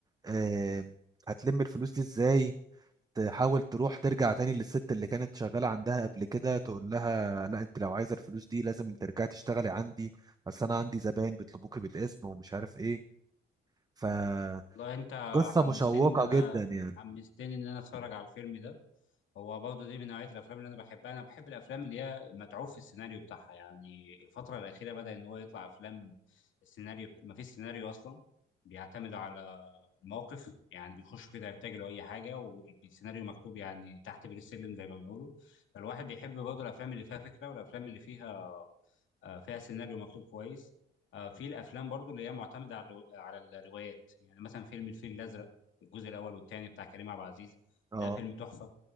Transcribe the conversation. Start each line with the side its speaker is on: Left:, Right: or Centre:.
Right: آه، هتلم الفلوس دي ازاي تحاول تروح ترجع تاني للست اللي كانت شغالة عندها قبل كده تقول لها لا انت لو عايزة الفلوس دي لازم ترجعي تشتغلي عندي بس انا عندي زباين بيطلبوكي بالاسم ومش عارف ايه فقصة
Left: والله انت حمستني
Right: مشوقة
Left: ان انا
Right: جدا يعني
Left: حمستني ان انا اتفرج على الفيلم ده هو برضه دي من نوعيه الافلام اللي انا بحبها انا بحب الافلام اللي هي متعوب في السيناريو بتاعها يعني الفتره الاخيره بدا ان هو يطلع افلام السيناريو بت... ما فيش سيناريو اصلا بيعتمدوا على الموقف يعني بيخشوا كده يرتجلوا اي حاجه والسيناريو مكتوب يعني تحت بير السلم زي ما بنقوله فالواحد بيحب برضه الافلام اللي فيها فكره والافلام اللي فيها آه، فيها سيناريو مكتوب كويس آه، في الافلام برضو اللي هي معتمده على الرو- على الروايات يعني مثلا فيلم الفيل الازرق الجزء الاول والثاني بتاع كريم عبد العزيز
Right: اه
Left: ده فيلم تحفه